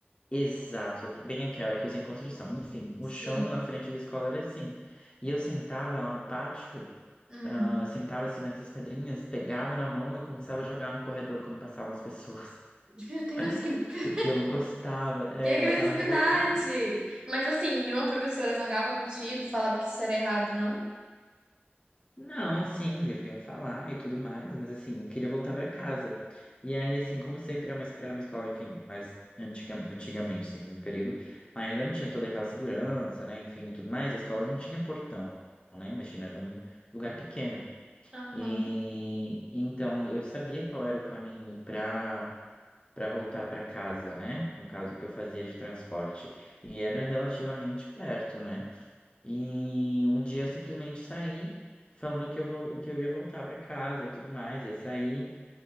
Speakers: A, on the left; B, on the right.
A: Exato, que- bem aquela que usa em construção. Enfim, o
B: Sim.
A: chão na frente da escola era assim. E eu sentava lá no pátio,
B: Hum.
A: ah, sentava assim nessas pedrinhas, pegava na mão e começava a jogar no corredor quando passavam as pessoas.
B: Meu Deus, que,
A: <laughs>
B: <laughs>
A: Porque eu não gostava, é,
B: que agressividade!
A: eu tava revoltado.
B: Mas assim, nenhuma professora zangava contigo, falava que isso era errado, não?
A: Não, sim, deviam falar e tudo mais, mas assim, eu queria voltar pra casa. E aí, assim, como sempre, era uma, era uma escola, enfim, mas antiga, antigamente, tem um período, ainda não tinha toda aquela segurança, né, enfim, e tudo mais, a escola não tinha portão, né, imagina, era um lugar pequeno.
B: Aham.
A: E então eu sabia qual era o caminho pra para voltar pra casa, né, no caso que eu fazia de transporte. E era relativamente perto, né. E um dia eu simplesmente saí falando que eu vou, que eu ia voltar para casa e tudo mais, ia sair